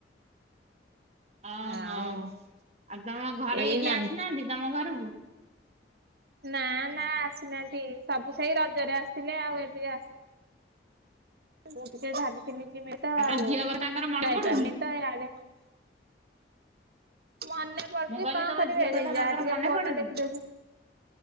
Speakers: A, on the right; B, on the right.
A: ଓହୋ
B: ଆଉ
A: ଆଉ ତମ ଘରେ
B: ଏଇ
A: କିଏ କିଏ
B: ନାନୀ
A: ଆସିନାହାନ୍ତି ତମ ଘରକୁ
B: ନା ନା ଆସିନାହାନ୍ତି ସବୁ ସେଇ ରଜରେ ଆସିଥିଲେ ଆଉ ଏବେ ଆସି ମୁଁ ଟିକେ ଧାନି ଚିନି କିମି ତ ଆଉ
A: ତମ ଝିଅ କଥା ତାଙ୍କର ମନେ
B: ଯାଇପାରିନି
A: ପଡୁନି
B: ତ ଏଇଆଡେ <unintelligible> ମନେ ପଡୁଛି
A: ମୁଁ କହିଲି
B: କଣ
A: ତମ
B: କରିବେ
A: ଝିଅ
B: ହେଇ
A: କଥା
B: ଯା
A: ତାଙ୍କର
B: ଟିକେ
A: ମନେ
B: ଫୋନରେ
A: ପଡୁନି?
B: ଦେଖିଦଉଛି